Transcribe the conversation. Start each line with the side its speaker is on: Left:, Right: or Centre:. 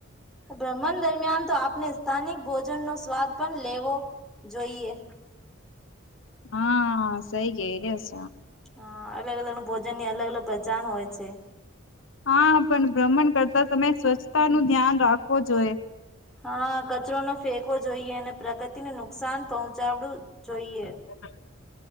Centre: આ બ્રાહ્મણ દરમિયાન તો આપણે સ્થાનિક ભોજન નો સ્વાદ પણ લેવો જોઈએ.
Left: હા સઈ ગે એ રહ્યાસ
Centre: હ અલગ અલગ ભોજનની અલગ અલગ પહેચાન હોય છે.
Left: હા પણ બ્રાહ્મણ કરતા તમે સ્વચ્છતા નું ધ્યાન રાખવું જોઈએ.
Centre: હા કચરો નો ફેંકવો જોઈએ અને પ્રકૃતિને નુકસાન પહોંચાડવું જોઈએ.
Left: <unintelligible>